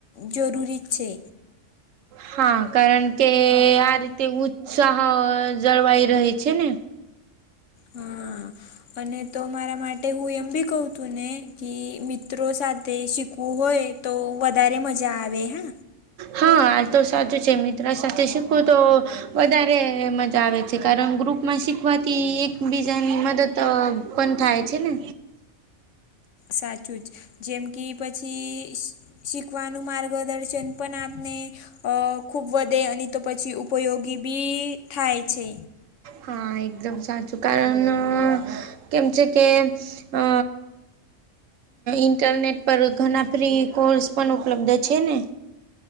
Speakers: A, on the left; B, on the right.
A: જરૂરી જ છે
B: હા કારણ કે આ રીતે ઉત્સાહ જળવાઈ રહે છે ને
A: હા અને તો મારા માટે હું એમ બી કઉ તું ને કે મિત્રો સાથે શીખવું હોય તો વધારે મજા આવે હા
B: હા આ તો સાચું છે મિત્ર સાથે શીખવું તો વધારે મજા આવે છે કારણ ગ્રુપમાં શીખવાથી એકબીજાની મદદ. તો પણ થાય છે ને
A: સાચું જ જેમ કે પછી શીખવાનું માર્ગદર્શન પણ આપને અ ખૂબ વધે અને તો પછી ઉપયોગી બી થાય છે
B: હા એકદમ સાચું કારણ કેમ છે કે અ ઇન્ટરનેટ પર ઘણા ફ્રી કોર્સ પણ ઉપલબ્ધ છે ને